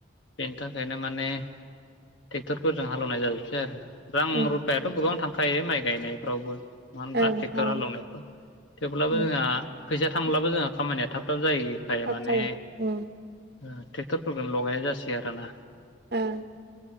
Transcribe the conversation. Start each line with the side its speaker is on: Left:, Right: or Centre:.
Left: बेनि थाखायनो माने ट्रेक्टरफोरजों हालेवनाय जाजोबसै आरो रां
Right: उम
Left: रुफायाथ' गोबां थांखायो माइ गायनायफ्रावबो नोआ होनब्ला
Right: ओं
Left: ट्रेक्टर
Right: थाङो
Left: हालौवनायफ्राव थेवब्लाबो
Right: उम
Left: जोंहा फैसा थांब्लाबो जोंहा खामानिया थाब थाब जाहैखाय
Right: थाब
Left: माने
Right: जायो उम
Left: ट्रेक्टरफोरखौनो लगायनाय जासोय आरो ना
Right: ओं